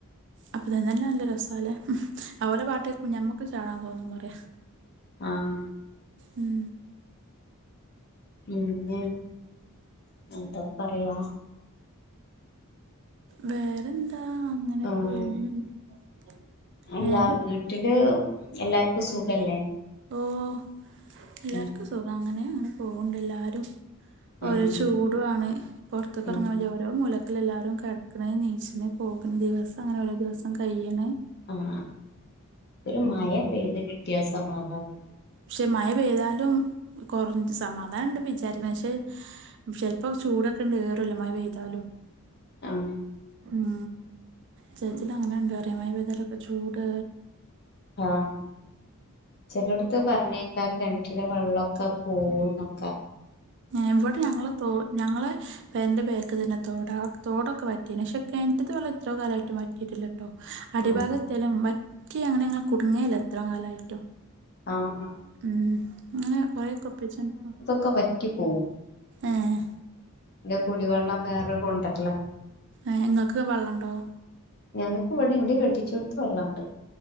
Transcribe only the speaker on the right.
അപ്പ തന്നെ ന്നെ നല്ല രസാല്ലേ ഓലെ പാട്ടേക്കു ഞമ്മക്ക് ചാടാ തോന്നും പറ്യ.
ഉം
വേറെന്താ അങ്ങനെ
<unintelligible>
ഏഹ്?
ഓഹ്. എല്ലാർക്കും
സുഖ അങ്ങനെ ങ്ങനെ പോവ്ണ്ട് എല്ലാരും.
ഒരോ
ചൂടു ആണ് പൊർത്ക്ക്
എർങ്ങാൻ വയ്യ ഓരോ മൂല ക്കളെല്ലാരും കെടക്കണ് നീച്ച്ണ് പോകണ് ദിവസം അങ്ങനെ ഓരോ ദിവസം കയ്യണ്
പക്ഷെ മഴ പെയ്താലും കൊറ സമാധാനണ്ട് വിചാരിക്കണ് പക്ഷെ ചെൽപ്പോ ചൂടൊക്കെണ്ട് ഏറുവല്ലോ മഴപെയ്താലും
ഉം ചേച്ചല് അങ്ങനെണ്ട്റ മഴപെയ്താലൊക്കെ ചൂട്
ഇവിടെ ഞങ്ങള് തോ ഞങ്ങള് പെര്ൻ്റെ ബേക്ക് തന്നെ തോടാ തോടൊക്കെ വറ്റിനെ ക്ഷെ കെൻറ്റ്തവെള്ള ഇത്രോ കാലായിട്ടും വറ്റിട്ടില്ല ട്ടൊ അടിഭാഗത്തിയാലും
വറ്റി അങ്ങനെങ്ങ കുടുങ്ങേല്ല ഇത്രോംകാലായിട്ടും
ഉം അങ്ങനെ കൊറെയൊക്കെ ഒപ്പിച്ചണ്ട് പോവും
ഏഹ്
ഏഹ് ഇങ്ങക്ക്‌ വെള്ളണ്ടോ